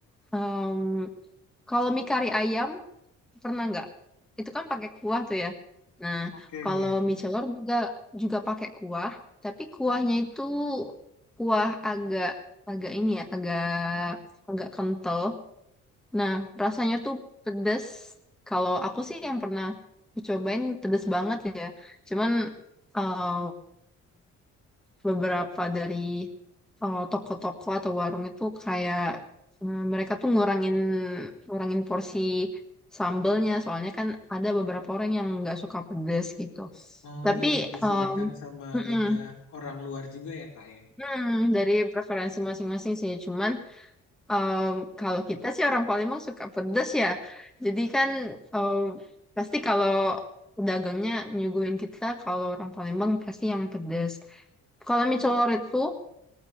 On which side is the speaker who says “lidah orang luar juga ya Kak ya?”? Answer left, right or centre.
Left